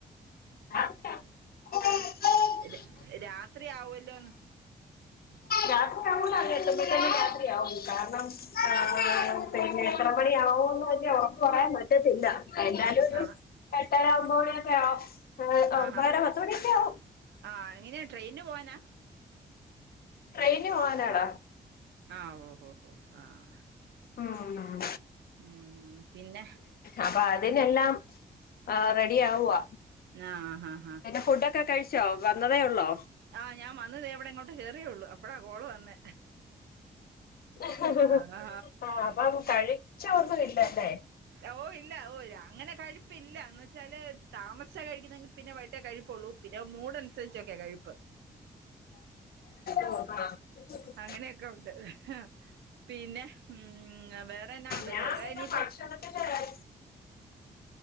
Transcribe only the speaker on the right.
ര രാത്രിയാവൊല്ലോന്ന്
ആ
ആഹാ
ആ എങ്ങനെയാ ട്രെയിന് പോവാനാ?
ആഹ് ഓ ഹൊ ഹൊ അഹ്
മ്ഹ് മ്മ്ഹ് പിന്നെ
ഞാ ആഹ് ഹാ ഹാ
ആഹ്, ഞാൻ വന്ന്തേയിവിടെ ഇങ്ങോട്ട് കേറിയൊള്ളു അപ്പളാ കോള് വന്നേ
ആ ആ.
ഓ ഇല്ല. ഓ അങ്ങനെ കഴിപ്പില്ല, എന്ന് വെച്ചാല് താമസിച്ചാ കഴിക്കുന്നതെങ്കില് പിന്നെ വട്ടേ കഴിപ്പൊള്ളൂ. പിന്നെ മൂഡനുസരിചൊക്കെയാ കഴിപ്പ്
അങ്ങനെയൊക്കെ ഒണ്ട് അഹ്. പിന്നെ മ്മ് ഹ് വേറെന്നാ ഉണ്ട്
വേറെ
ഇനിയിപ്പം